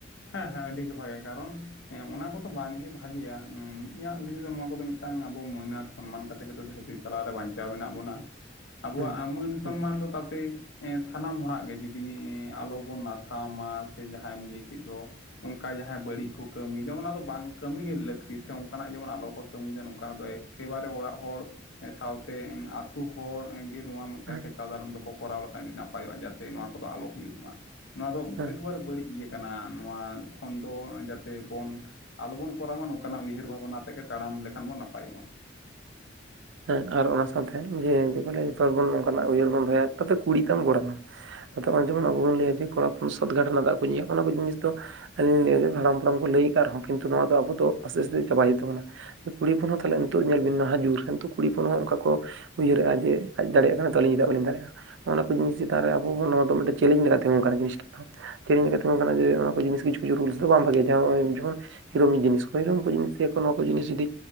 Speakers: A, on the left (about 65°); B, on the right (about 70°).
A: ᱦᱮᱸ ᱦᱮᱸ ᱟᱹᱰᱤ ᱜᱮ ᱵᱷᱟᱜᱮ ᱠᱟᱨᱚᱱ, ᱦᱮᱸ ᱚᱱᱟ ᱠᱚᱫᱚ ᱵᱟᱝᱜᱮ ᱵᱷᱟᱜᱮᱭᱟ ᱤᱧᱟᱹᱜ ᱞᱟᱹᱭ ᱛᱮᱫᱚ ᱱᱚᱣᱟ ᱠᱚᱫᱚ ᱢᱤᱫᱴᱟᱝ ᱟᱵᱚ ᱢᱟᱹᱱᱟ ᱥᱚᱱᱢᱟᱱ ᱠᱟᱛᱮ ᱜᱮ ᱛᱚ ᱫᱷᱟᱹᱨᱛᱤ ᱛᱟᱞᱟᱨᱮ ᱵᱟᱸᱧᱪᱟᱣ ᱢᱮᱱᱟᱜ ᱵᱚᱱᱟ᱾
B: <inaudible>
A: ᱟᱵᱚᱣᱟᱜ-ᱟ ᱢᱟᱹᱱ
B: ᱦᱩᱸ
A: ᱥᱚᱱᱢᱟᱱ ᱫᱚ ᱛᱟᱛᱮ, ᱮ ᱥᱟᱱᱟᱢ ᱦᱚᱲᱟᱜ ᱜᱮ ᱡᱩᱫᱤ ᱟᱞᱚᱵᱚᱱ ᱱᱟᱛᱷᱟ ᱢᱟ ᱥᱮ ᱡᱟᱦᱟᱸᱭ ᱫᱚ ᱩᱱᱠᱩ <unintelligible> ᱚᱱᱠᱟ ᱡᱟᱦᱟᱸᱭ ᱵᱟᱹᱲᱤᱡ ᱠᱚ ᱠᱟᱹᱢᱤᱭᱮᱫᱟ ᱚᱱᱟ ᱫᱚ ᱵᱟᱝ ᱠᱟᱹᱢᱤ ᱜᱮ ᱞᱟᱹᱠᱛᱤ ᱥᱮ ᱚᱱᱠᱟᱱᱟᱜ ᱡᱮᱢᱚᱱ ᱟᱞᱚ ᱠᱚ ᱠᱟᱹᱢᱤᱭᱮᱫᱟ ᱱᱚᱝᱠᱟᱱᱟᱜ ᱫᱚ ᱮᱠᱮᱵᱟᱨᱮ ᱚᱲᱟᱜ ᱦᱚᱲ ᱮ ᱥᱟᱶᱛᱮ ᱮ ᱟᱛᱩ ᱦᱚᱲ ᱜᱮ ᱱᱚᱣᱟ ᱢᱤᱫᱴᱟᱱ
B: ᱦᱩᱸ
A: ᱴᱮᱠᱟᱣ
B: ᱦᱮᱸ
A: ᱫᱟᱨᱟᱢ ᱫᱚᱠᱚ ᱠᱚᱨᱟᱣ ᱞᱮᱠᱷᱟᱱ ᱟᱹᱰᱤ ᱱᱟᱯᱟᱭᱚᱜ-ᱟ ᱡᱟᱛᱮ ᱱᱚᱣᱟ ᱠᱚᱫᱚ ᱟᱞᱚ ᱦᱩᱭᱩᱜ ᱢᱟ᱾ ᱱᱚᱣᱟ ᱫᱚ
B: ᱦᱮᱸ
A: ᱮᱠᱵᱟᱨ ᱵᱟᱹᱲᱤᱡ ᱤᱭᱟᱹ ᱠᱟᱱᱟ ᱱᱚᱣᱟ ᱠᱷᱚᱱ ᱫᱚ ᱡᱟᱛᱮ ᱵᱚᱱ ᱟᱞᱚᱵᱚᱱ ᱠᱚᱨᱣᱟ ᱱᱚᱝᱠᱟᱱ ᱟᱜ ᱩᱭᱦᱟᱹᱨ ᱵᱷᱟᱵᱽᱱᱟ ᱛᱮᱜᱮ ᱛᱟᱲᱟᱢ ᱞᱮᱠᱷᱟᱱ ᱵᱚᱱ ᱱᱟᱯᱟᱭᱚᱜᱼᱟ᱾
B: ᱦᱮᱸ ᱟᱨ ᱚᱱᱟ ᱥᱟᱶᱛᱮ ᱡᱮ ᱡᱚᱛᱚ ᱱᱚᱝᱠᱟᱱ ᱟᱜ ᱩᱭᱦᱟᱹᱨ ᱵᱚᱱ ᱫᱚᱦᱚᱭᱟ ᱠᱩᱲᱤ ᱛᱟᱢ ᱠᱚᱲᱟ ᱛᱟᱢ ᱟᱫᱚᱜ ᱡᱮᱢᱚᱱ ᱟᱵᱚᱱ ᱞᱟᱹᱭᱟ ᱡᱮ ᱠᱚᱲᱟ ᱦᱚᱯᱚᱱ ᱥᱟᱛ ᱜᱷᱟᱴ ᱨᱮᱱᱟᱜ ᱫᱟᱜ ᱠᱚ ᱧᱩᱭᱟ, ᱚᱱᱟ ᱠᱚ ᱡᱤᱱᱤᱥ ᱫᱚ ᱟᱞᱤ ᱞᱤᱧ ᱦᱟᱲᱟᱢ ᱯᱟᱲᱟᱢ ᱠᱚ ᱞᱟᱹᱭ ᱟᱠᱟᱫ ᱨᱮᱦᱚᱸ, ᱠᱤᱱᱛᱩ ᱱᱚᱣᱟ ᱫᱚ ᱟᱵᱚ ᱫᱚ ᱟᱥᱛᱮ ᱟᱥᱛᱮ ᱪᱟᱵᱟ ᱦᱩᱭᱩᱜ ᱛᱟᱵᱚᱱᱟ ᱛᱟᱵᱚᱱᱟ ᱠᱩᱲᱤ ᱦᱚᱯᱚᱱ ᱦᱚᱸ ᱛᱟᱦᱚᱞᱮ ᱱᱤᱛᱚᱜ ᱧᱮᱞ ᱵᱤᱱ ᱱᱟᱦᱟᱜ ᱡᱩᱜᱽ ᱨᱮ ᱠᱩᱲᱤᱯᱚᱱ ᱦᱚᱸ ᱚᱱᱠᱟ ᱠᱚ ᱩᱭᱦᱟᱹᱨᱮᱜᱼᱟ᱾ ᱡᱮ ᱟᱡᱽ ᱫᱟᱲᱭᱟᱜ ᱠᱟᱱᱟ ᱛᱚ ᱟᱹᱞᱤᱧ ᱪᱮᱫᱟᱜ ᱵᱟᱹᱞᱤᱧ ᱫᱟᱲᱮᱭᱟᱜᱼᱟ ᱱᱚᱣᱟ ᱠᱚ ᱡᱤᱱᱤᱥ ᱪᱮᱛᱟᱱ ᱨᱮ ᱟᱵᱚ ᱦᱚᱱᱟᱠᱚ ᱱᱚᱣᱟ ᱫᱚ ᱢᱤᱫᱮᱱ ᱪᱮᱞᱮᱡᱽ ᱞᱮᱠᱟ <unintelligible> ᱛᱤᱸᱜᱩ ᱠᱟᱱᱟ ᱡᱤᱥᱴᱟ ᱫᱚ᱾ ᱪᱮᱞᱮᱧᱤᱧ ᱞᱮᱠᱟ ᱛᱤᱜᱩᱱ ᱠᱟᱱᱟ ᱡᱮ ᱚᱱᱟ ᱠᱚ ᱡᱤᱱᱤᱥ ᱠᱤᱪᱷᱩ ᱠᱤᱪᱷᱩ ᱨᱩᱞᱥ ᱫᱚ ᱵᱟᱝ ᱵᱷᱟᱜᱮᱭᱟ ᱡᱮᱢᱚᱱ ᱦᱤᱨᱳᱢ ᱡᱤᱱᱤᱥ ᱠᱚ᱾ ᱦᱤᱨᱳᱚᱢ ᱠᱚᱣᱟ ᱡᱤᱱᱤᱥ ᱱᱚᱣᱟ ᱠᱚ᱾ ᱡᱤᱱᱤᱥ ᱡᱩᱫᱤ